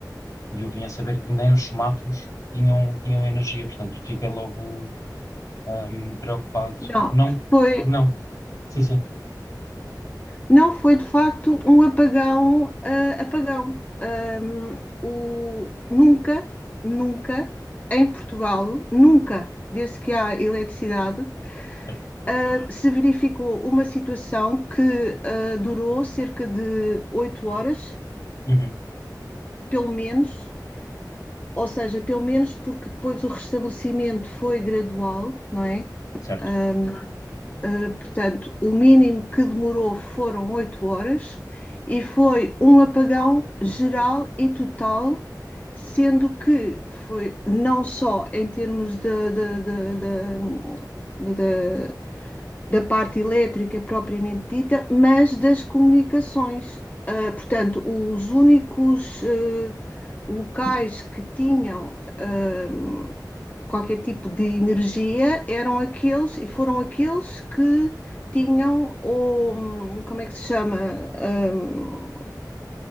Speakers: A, on the left; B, on the left.
A: E eu vim a saber que nem os semáforos tinham, tinham energia, portanto fiquei logo hum, preocupado.
B: Não,
A: Não,
B: foi,
A: não, sim, sim,
B: Não, foi de facto um apagão, ah, apagão. Ahm, o, nunca, nunca, em Portugal, nunca, desde que há eletricidade,
A: certo.
B: ah, se verificou uma situação que ah, durou cerca de oito horas,
A: Uhum,
B: pelo menos, ou seja, pelo menos porque depois o restabelecimento foi gradual, não é?
A: certo.
B: Ahm, Uh, portanto, o mínimo que demorou foram oito horas e foi um apagão geral e total, sendo que foi não só em termos de, de, de, de de, da parte elétrica propriamente dita, mas das comunicações. Uh, portanto, os únicos uh, locais que tinham uh, qualquer tipo de energia eram aqueles e foram aqueles que tinham o, hum, como é que se chama, Hum,